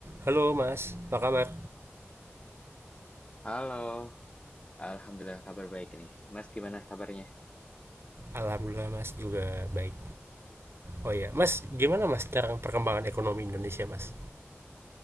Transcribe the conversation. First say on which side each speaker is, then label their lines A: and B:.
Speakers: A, on the right; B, on the left.
A: Halo Mas, apa kabar?
B: Halo, alhamdulillah kabar baik nih. Mas gimana kabarnya?
A: Alhamdulillah Mas juga baik. Oh iya, Mas, gimana Mas sekarang perkembangan ekonomi Indonesia Mas?